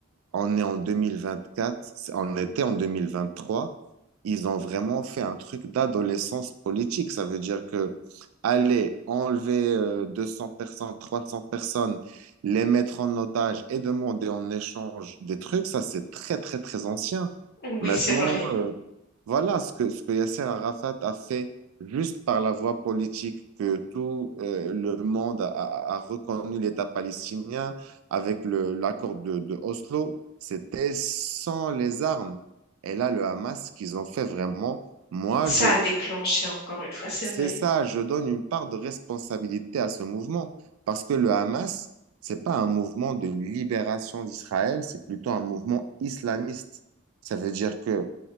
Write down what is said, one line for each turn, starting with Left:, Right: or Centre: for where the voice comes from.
Right: on est en 2024, c'est- on était en 2023. Ils ont vraiment fait un truc d'adolescence politique. Ça veut dire que aller enlever euh, 200 personnes, 300 personnes, les mettre en otage et demander en échange des trucs, ça c'est très très très ancien.
Left: Oui,
Right: Maintenant,
Left: c'est vrai.
Right: euh, voilà ce que, ce que Yasser Arafat a fait juste par la voie politique que tout euh, le monde a, a- a reconnu l'État palestinien avec le, l'accord de, de Oslo, c'était sans les armes. Et là, le Hamas, ce qu'ils ont fait vraiment, moi,
Left: Ça
Right: je,
Left: a déclenché encore une fois, c'est
Right: c'est
Left: vrai.
Right: ça, je donne une part de responsabilité à ce mouvement. Parce que le Hamas, c'est pas un mouvement de libération d'Israël, c'est plutôt un mouvement islamiste. Ça veut dire que